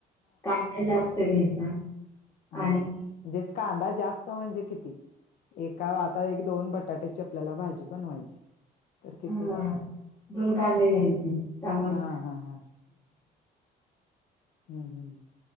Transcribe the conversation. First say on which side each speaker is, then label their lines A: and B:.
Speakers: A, on the left; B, on the left.
A: कांदा जास्त घ्यायचा
B: हाजे
A: आणि
B: कांदा जास्त म्हणजे किती एका आता एक दोन बटाट्याची आपल्याला भाजी बनवायची तर किती?
A: ह दोन कांदे घ्यायचे तमग
B: हा हा हा हम्म हम्म